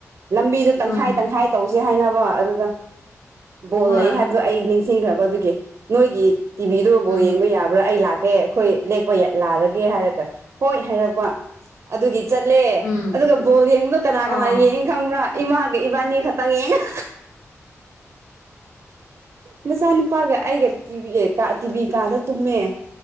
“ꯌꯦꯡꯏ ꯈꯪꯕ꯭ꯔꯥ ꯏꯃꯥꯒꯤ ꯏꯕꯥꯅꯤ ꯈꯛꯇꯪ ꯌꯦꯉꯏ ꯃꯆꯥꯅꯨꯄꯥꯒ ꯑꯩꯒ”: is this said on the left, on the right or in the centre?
Right